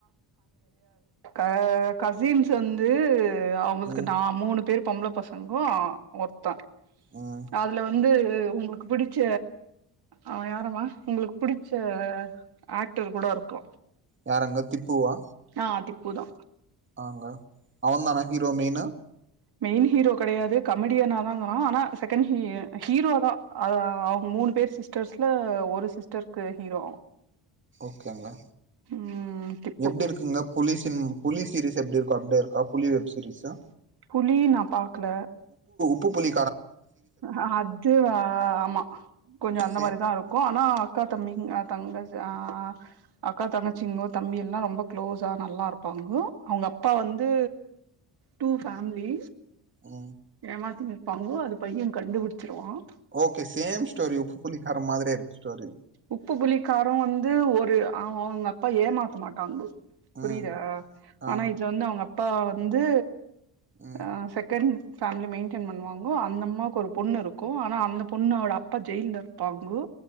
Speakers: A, on the right; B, on the right.
A: ஆ கசின்ஸ் வந்து ஆ அவுங்களுக்கு
B: ம்
A: நா மூணு பேரு பொம்பள பசங்கோ ஆ ஒருத்த
B: ம்
A: அதுல வந்து து உங்களுக்கு பிடிச்ச அவ யாரமா உங்களுக்கு புடிச்ச ஆக்டர் கூட இருக்கு
B: யாரங்க திப்புவா
A: ஆ திப்புதா
B: ஆங்க அவதானா ஹீரோ மெயினு
A: மெயின் ஹீரோ கெடையாது கமெடியனாதாவரா ஆனா செகண்ட் ஹீ ஹீரோதா ஆ அவங்க மூணு பேர் சிஸ்டர்ஸ்ல ஒரு சிஸ்டருக்கு ஹீரோ
B: க்காங்களா
A: ம் திப்பு
B: எப்பிடி இருக்கீங்க புலி சிங் புலி சிரீஸ்ஸா த்து எப்பிடி இருக்கு அப்பிடியே இருக்கா புளி வெப் சீரீஸ்ஸா
A: புளி நா பாக்கல
B: உப்பு புளி
A: ஆ அதுவா ஆமா கொஞ்சோ அந்த
B: சே
A: மாரிதா இருக்கு ஆனா அக்கா தம்பி தங்க ஆ அக்கா தங்கச்சிங்கோ தம்பி எல்லா ரொம்ப க்ளோஸா நல்லா இருப்பாங்கோ அவுங்க அப்பா வந்து டூ ஃபேமிலி
B: ம்
A: ஏமாத்திங் ப்பாங்கோ அந்த பைய கண்டுபிடிச்சிருவான்
B: ஓகே சேம் ஸ்டோரி உப்பு புளிக்காரம் மாரி இருக்கு ஸ்டோரி
A: உப்பு புளிக்காரம் வந்து ஒரு அவ அவங்க அப்பா ஏமாத்த மாட்டாங்கோ புரியிதா
B: ம் ஆ
A: ஆனா இதுல வந்து அவுங்க ப்பா வந்து
B: ம்
A: அ செகேண்ட் ஃபேமிலி மெயின்டென் பண்ணுவாங்கோ அந்த அம்மாவுக்கு ஒரு பொண்ணு இருக்கு ஆனா அந்த பொண்ணோட அப்பா ஜெயில்ல இருப்பாங்கோ